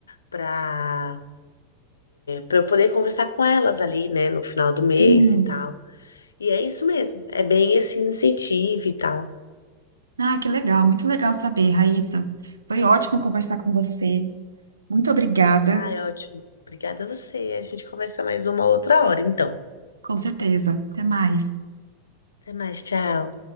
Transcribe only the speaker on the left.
para para eu poder conversar com elas ali, né, no final do mês
e tal. E é isso mesmo, é bem esse incentivo e tal.
Ah, é ótimo. Obrigada a você. A gente conversa mais uma outra hora, então.
Até mais, tchau.